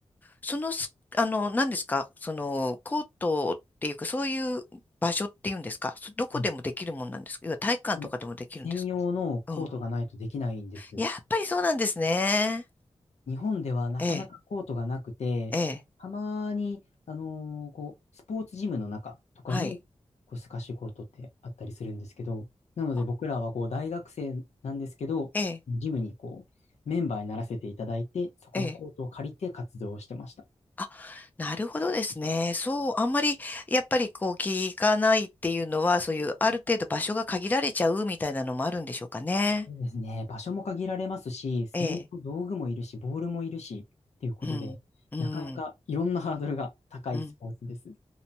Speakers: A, on the left (about 15°); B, on the left (about 80°).
A: そのす、あの、何ですか、その、コートっていうか、そういう場所っていうんですか、そどこでもできるもんなんですか、
B: はい。
A: 要は体育館とかでもできるんですか。
B: で、専用のコートがないとできないんです。
A: うん。やっぱりそうなんですね。
B: 日本ではなかなかコートがなくて、
A: ええ、ええ、
B: たまに、あのーこう、スポーツジムの中とかに、
A: はい。
B: こう、スカッシュコートってあったりするんですけど、なので僕らはこう、
A: あ
B: 大学生なんですけど、
A: ええ、
B: ジムにこう、メンバーにならせていただいて、そこのコートを借りて活動をしてました。
A: ええ。あ、なるほどですね。そう、あんまり、やっぱりこう、聞かないっていうのは、そういう、ある程度場所が限られちゃうみたいなのもあるんでしょうかね。
B: そうですね。場所も限られますし、専用の道具もいるし、
A: ええ。
B: ボールもいるし、っていうことで、
A: うん。うん。
B: なかなかいろんなハードルが高いスポーツです。
A: うん。